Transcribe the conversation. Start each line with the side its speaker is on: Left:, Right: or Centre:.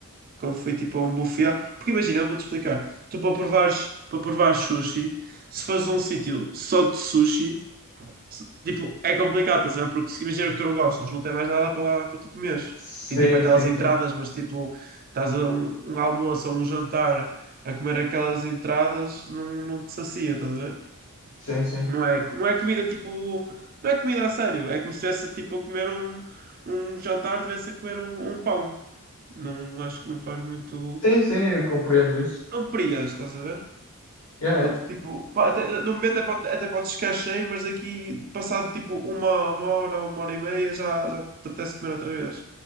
Right: quando fui tipo a um buffet. Porque imagina, eu vou-te explicar. Tu para provares, para provares sushi, se fazes um sítio só de sushi, se- Tipo, é complicado, estás a ver? Porque se imagina que tu não gostas, não tem mais nada para lá para tu comeres.
Left: Sim,
Right: Tem tipo aquelas
Left: sim,
Right: entradas,
Left: sim.
Right: mas tipo, estás a um, um almoço ou um jantar a comer aquelas entradas, não, não te sacia, estás a ver?
Left: Sim, sim.
Right: Não é, não é comida tipo. Não é comida a sério. É como se estivesse tipo, a comer um, um jantar, estivesse a comer um, um pão. Não acho que não faz muito.
Left: Sim, sim, eu compreendo isso.
Right: Não te prias, estás a ver?
Left: Yeah,
Right: Portanto,
Left: yeah,
Right: tipo, pá, até- no momento até pode, até pode ficar cheio, mas daqui, passado tipo uma, uma hora, uma hora e meia, já, já te apetece comer outra vez.